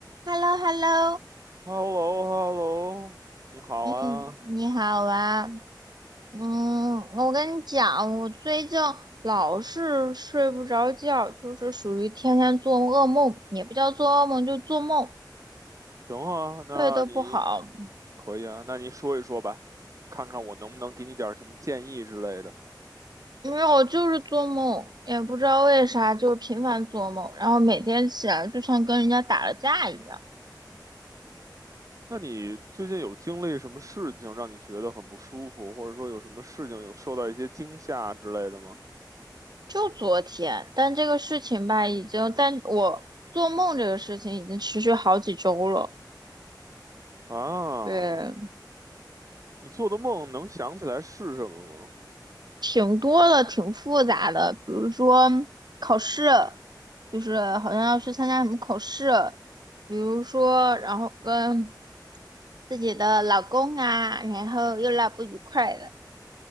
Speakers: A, on the right; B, on the right.
A: h e l l o h e l l o
B: h e l l o h e l l o 你好啊，
A: 嗯，你好啊。嗯，我跟你讲，我最近老是睡不着觉，就是属于天天做噩梦，也不叫做噩梦，就做梦，
B: 行啊，那你
A: 睡得不好。
B: 可以啊，那你说一说吧，看看我能不能给你点儿什么建议之类的。
A: 没有，就是做梦，也不知道为啥，就是频繁做梦，然后每天起来就像跟人家打了架一样。
B: 那你最近有经历什么事情让你觉得很不舒服，或者说有什么事情有受到一些惊吓之类的吗？
A: 就昨天，但这个事情吧，已经，但我做梦这个事情已经持续好几周了。
B: 啊，
A: 对，
B: 你做的梦能想起来是什么吗？
A: 挺多的，挺复杂的，比如说考试，就是好像要去参加什么考试，比如说，然后跟自己的老公啊，然后又闹不愉快的，